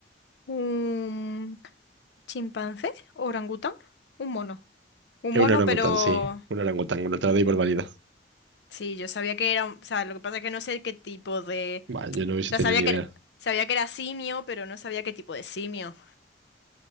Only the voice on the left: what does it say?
¿Un chimpancé? ¿Orangután? ¿Un mono? Un
mono,
pero...
Sí, yo sabía que era... un- O sea, lo que pasa es que no sé qué tipo de...
O sea,
sabía
que
era, sabía que era simio, pero no sabía qué tipo de simio.